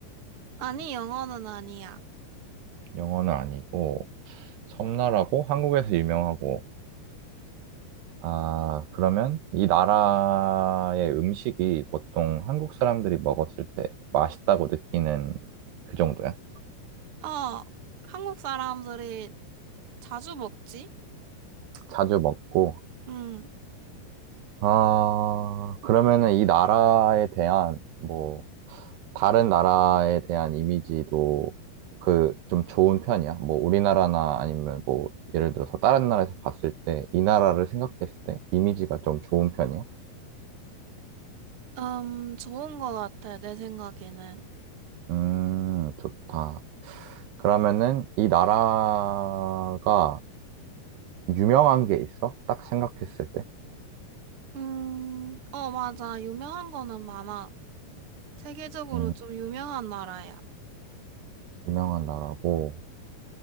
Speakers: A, on the right (about 55°); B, on the right (about 80°).
A: 아니, 영어는 아니야.
B: 영어는 아니고 섬나라고 한국에서 유명하고. 아, 그러면 이 나라의 음식이 보통 한국 사람들이 먹었을 때 맛있다고 느끼는 그 정도야?
A: 어, 한국 사람들이 자주 먹지?
B: 자주 먹고.
A: 응.
B: 아, 그러면은 이 나라에 대한 뭐 다른 나라에 대한 이미지도 그 좀 좋은 편이야? 뭐 우리나라나 아니면 뭐 예를 들어서 다른 나라에서 봤을 때 이 나라를 생각했을 때 이미지가 좀 좋은 편이야?
A: 음, 좋은 거 같아, 내 생각에는.
B: 음, 좋다. 그러면은 이 나라가 유명한 게 있어? 딱 생각했을 때?
A: 음, 어, 맞아. 유명한 거는 많아. 세계적으로
B: 음,
A: 좀 유명한 나라야.
B: 유명한 나라고.